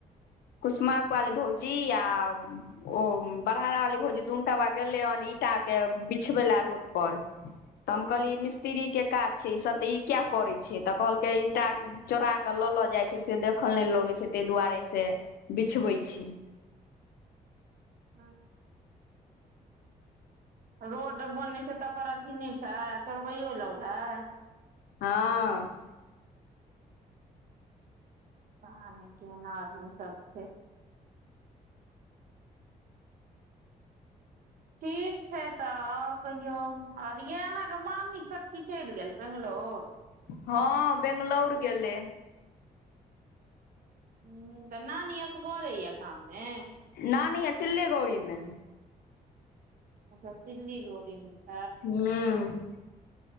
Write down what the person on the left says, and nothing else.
कुसमार पाली भौजी आ ओ बड़हार रहली भौजी दूनटा बा गेले हन ईंटा के बिछबै ला रोड पर तऽ हम कहलियै मिस्त्री के काज छै ईसब तऽ ई किया करै छै तऽ कहलकै ईटा चोरा के लऽ लऽ जाइ छै से देखल नय लगै छै ताहि दुआरे से बिछबै छी
हँ
हँ बेंगलोर गेलैय
नानी है सिलीगुड़ी में
हूँ